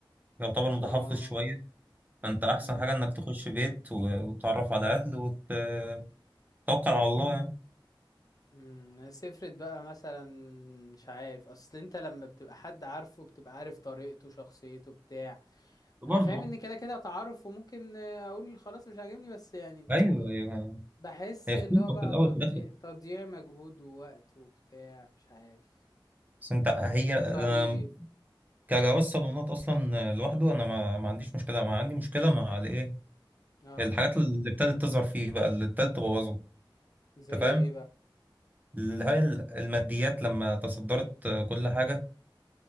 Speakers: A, on the right (about 20°); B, on the left (about 45°).
A: يعتبر متحفظ
B: اه
A: شويه فانت احسن
B: امم
A: حاجه انك تخش بيت و- وتتعرف على اهل وتتوكل على الله يعني
B: امم سفرت بقى مثلا مش عارف اصل انت لما بتبقى حد عارفه بتبقى عارف طريقته شخصيته بتاع
A: برضه
B: انا فاهم ان كده كده تعارف وممكن آه، اقول خلاص مش عاجبني بس يعني
A: ايوه هي
B: بحس
A: هي
B: اللي
A: خطوبه
B: هو بقى
A: في الاول
B: تضييع
A: وفي الاخر
B: تضييع مجهود ووقت وبتاع مش عارف
A: بس انت هي
B: مصاريف
A: أنا كجواز صالونات اصلا لوحده انا ما, ما عنديش مشكله ما عندي مشكله مع الايه
B: اه
A: الحاجات اللي ابتدت تظهر فيه بقى اللي ابتدت تبوظه
B: زي
A: انت
B: ايه
A: فاهم
B: بقى
A: اللي هي الماديات لما تصدرت كل حاجه